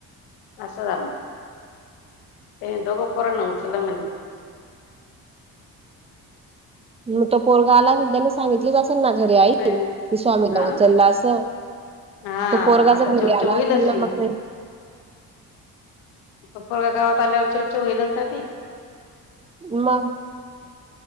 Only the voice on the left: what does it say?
असस झाला दोघ पर न चल मणे.
नाही
अ
हा
आता चेवचेव
होईलच
ती
त पर् गावात आल्यावररच्या ववररचे होईलच ना ते